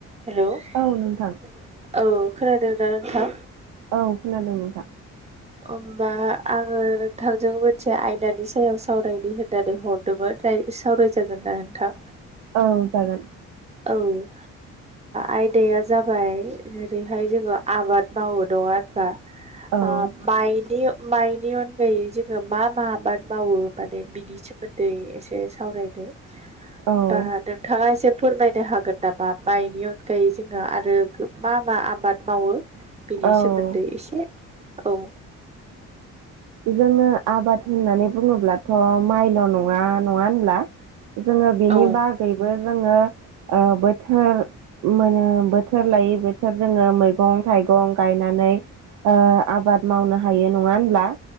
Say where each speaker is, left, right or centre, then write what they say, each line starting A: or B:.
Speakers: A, on the right (about 20°); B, on the right (about 80°).
A: हेल' औ।
B: औ नोंथां
A: खोनादों दा नोंथां
B: औ खोनादों नोंथां
A: होनबा आङो नोंथांजों मोनसे आयदानि सायाव सावरायनो होननानै हरदोंमोन सावरायजागोन ना नोंथां
B: औ जागोन
A: औ ओ आयदाया जाबाय जेरैहाय जोङो आबाद मावो नङा होनबा?
B: औ
A: आ मायनि माइनि अनगायै जोङो मा मा आबाद मावो माने बिनि सोमोन्दै एसे सावरायदो।
B: औ
A: बा नोंथाङा जेब फोरमायनो हागोन नामा माइनि अनगायै जोङो आरो मा मा आबाद मावो? बिनि
B: औ
A: सोमोन्दै एसे औ।
B: जोङो आबाद होननानै बुङोब्लाथ' माइल' नङा नङा होनब्ला? जोङो बिनि
A: औ
B: बागैबो जोङो बोथोर मोनो बोथ बोथोर लायै बोथोर जोङो मै मैगं थाइगं गायनानै ओ आबाद मावनो हायो नङा होनब्ला?